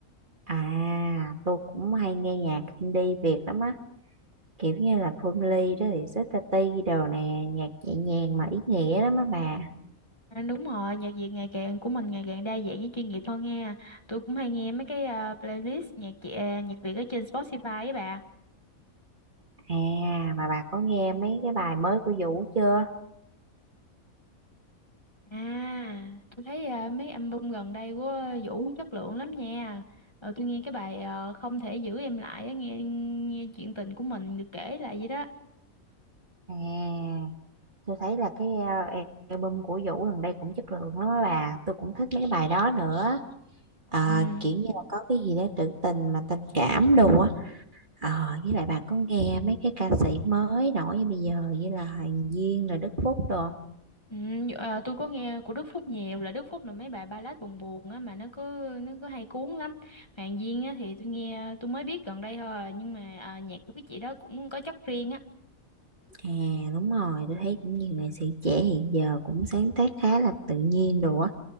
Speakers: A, on the right (about 35°); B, on the left (about 20°).
A: À, tôi cũng hay nghe nhạc indie Việt lắm á. kiểu như là Phương Ly đó thì Sister T đồ nè nhạc nhẹ nhàng mà ý nghĩa lắm á bà
B: À, đúng rồi, nhạc Việt ngày càng của mình ngày càng đa dạng với chuyên nghiệp hơn nha. Tôi cũng hay nghe mấy cái à, playlist nhạc chị- à, nhạc Việt ở trên Spotify ấy bà.
A: à mà bà có nghe mấy cái bài mới của Vũ chưa
B: À, tôi thấy à, mấy album gần đây của Vũ chất lượng lắm nha. Ờ, tôi nghe cái bài ờ, Không thể giữ em lại á, nghe nghe chuyện tình của mình được kể lại vậy đó.
A: à tôi thấy là cái ờ, album của Vũ gần đây cũng chất lượng lắm á bà tôi cũng thích mấy cái bài đó nữa Ờ,
B: Ừ.
A: kiểu như là có cái gì đó trữ tình mà tình cảm đồ á Ờ, với lại bà có nghe mấy cái ca sĩ mới nổi như bây giờ như là Hoàng Duyên rồi Đức Phúc đồ
B: Ừ, à, tôi có nghe của Đức Phúc nhiều là Đức Phúc là mấy bài ballad buồn buồn á mà nó cứ nó cứ hay cuốn lắm Hoàng Duyên á thì tôi nghe tôi mới biết gần đây thôi nhưng mà à, nhạc của cái chị đó cũng có chất riêng á
A: À đúng rồi, tôi thấy cũng nhiều nghệ sĩ trẻ hiện giờ cũng sáng tác khá là tự nhiên đồ á,